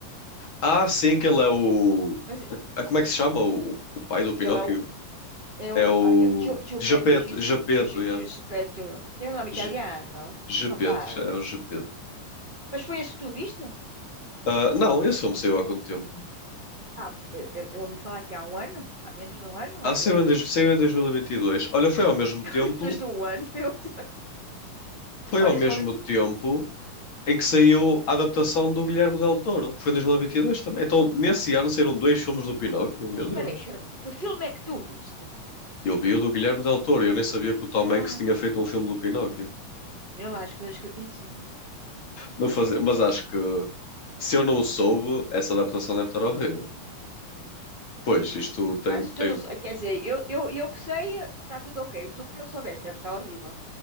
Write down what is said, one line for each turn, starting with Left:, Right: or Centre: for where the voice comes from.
Left: Ah, sim, que ele é o.
Right: Mas
Left: Ah, como é que se chama o, o, o pai do Pinóquio?
Right: ele é o. É
Left: É
Right: o
Left: o.
Right: ah, é o Gio- Giuseppe,
Left: Gepeto,
Right: Gis-
Left: Gepeto,
Right: Gi- Gi-
Left: yeah.
Right: Giuseppe, tem um nome
Left: Ge-
Right: italiano,
Left: Gepeto,
Right: ma parla.
Left: é o Gepeto.
Right: Mas foi esse que tu viste?
Left: Ah, não, esse filme saiu há quanto tempo?
Right: Ah, eu, eu- eu ouvi falar que há um ano, há menos de um ano,
Left: Ah,
Right: ou por
Left: saiu
Right: aí.
Left: em, dois- saiu em 2022. Olha, foi ao mesmo
Right: <laughs>
Left: tempo.
Right: Há menos de um ano. Eu... <laughs>
Left: Foi
Right: Olha,
Left: ao mesmo
Right: eu só ouvi...
Left: tempo em que saiu a adaptação do Guilherme Del Toro. Foi em 2022 também. Então, nesse ano saíram dois filmes do Pinóquio,
Right: Mas
Left: meu
Right: espera
Left: Deus.
Right: aí, que, que filme é que tu viste?
Left: Eu vi o do Guilherme Del Toro e eu nem sabia que o Tom
Right: Ah,
Left: Hanks tinha feito um filme do Pinóquio.
Right: vê lá as coisas que eu te ensino.
Left: Não fazia... Mas acho que se eu não o soube, essa adaptação deve estar horrível. Pois, isto tem,
Right: Ah, se tu
Left: tem...
Right: não sou... Quer dizer, eu, eu, eu que sei, está tudo ok. Tu que não soubeste, deve estar horrível.